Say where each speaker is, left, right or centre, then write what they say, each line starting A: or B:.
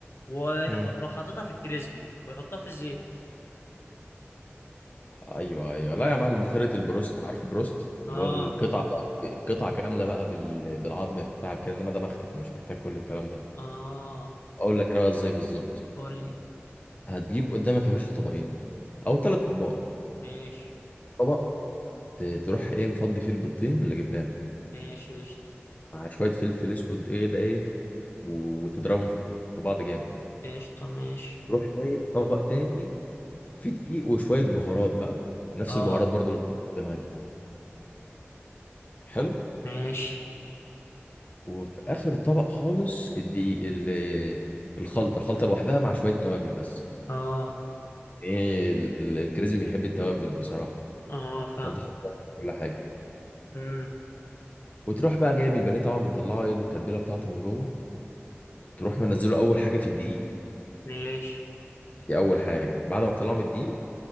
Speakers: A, on the left; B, on the left.
A: ويروح
B: امم
A: حاططها في الكريسبي ويحطها في الزيت
B: ايوه ايوه لا يا معلم دي طريقه البروست عارف البروست
A: اه
B: اللي هو القطعه بقى قطعه كامله بقى بال... بالعظم بتاعك كده انما ده مخلي فمش محتاج كل الكلام ده
A: اه
B: اقول لك انا بقى ازاي بالظبط
A: قول لي
B: هتجيب قدامك يا باشا طبقين او ثلاث اطباق
A: ماشي
B: طبق ت... تروح ايه مفضي فيه البيضتين اللي جبناهم
A: ماشي قشطة
B: مع شويه فلفل اسود ايه ده ايه و... وتضربهم في بعض جامد
A: قشطة ماشي
B: تروح جايب طبق تاني في دقيق وشوية بهارات بقى نفس
A: اه
B: البهارات برضو اللي بنستخدمها دي حلو
A: ماشي
B: وفي آخر طبق خالص الدقيق ال- الخلطة الخلطة لوحدها مع شوية توابل بس
A: اه
B: ايه ال- ال- الكريسبي بيحب التوابل بصراحة
A: اه فاهم
B: فانت حط كل حاجة
A: امم
B: وتروح بقى جايب البانيه طبعا مطلعه ايه بالتتبيلة بتاعته من جوه تروح منزله أول حاجة في الدقيق
A: ماشي
B: دي أول حاجة بعد ما تطلعه من الدقيق